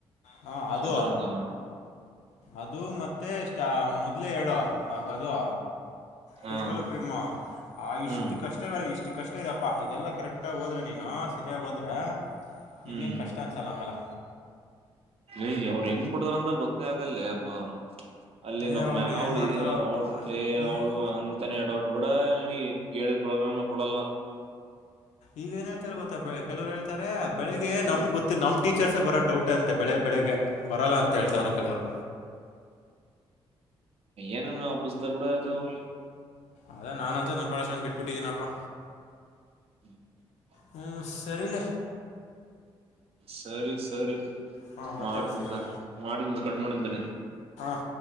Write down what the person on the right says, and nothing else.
ಚದರಂಗ
ಹಾ
ಹ್ಮ್
ಹ್ಮ್
ಇ ಅವ್ರ ಹೆಂಗ್ ಕುಡ್ತಾರಂತ ಗೊತ್ತೇ ಆಗಲ್ಲ ಅಬಾ ಅಲ್ಲಿ
ನಮ್ಮ
ಅವ್ಳು
ಅವಳ ಏ
ಅವ್ಳು ಅಂತಾನೆ ಎಡಟ್ ಬಿೂಡ ನಿಗೆ ಕೇಳಿದ ಪ್ರಾರಾಮ ಕೊಡಲ್ಲ
ಹ
ಯಾಕ
ಏನನು ಆ ಪುಸ್ತ ಕೂಡ ತಗೋಿ
ಹ್ಮ್
ಸರಿ ಸರಿ
ಮಾಡ್ದಂತ
ಮಾಡಿದ್ದ ಕಟ್ ಮಾಡಂತ